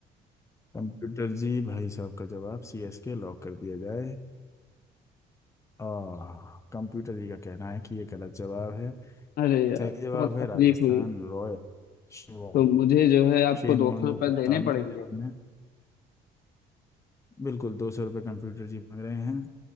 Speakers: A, on the left; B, on the left.
A: कंप्यूटर जी भाई साहब का जवाब सीएसके लॉक कर दिया जाए आह कंप्यूटर जी का कहना है कि ये गलत जवाब है
B: अरे यार
A: सही जवाब
B: बहुत
A: है
B: तकलीफ
A: Rajasthan
B: हुई
A: Royal Shane
B: तो मुझे जो है आपको
A: Shane
B: दो
A: Warne
B: सौ रुपये
A: वो कप्तान
B: देने पड़ेंगे
A: थे जिन्होंने बिल्कुल दो सौ रुपये कंप्यूटर जी मांग रहे हैं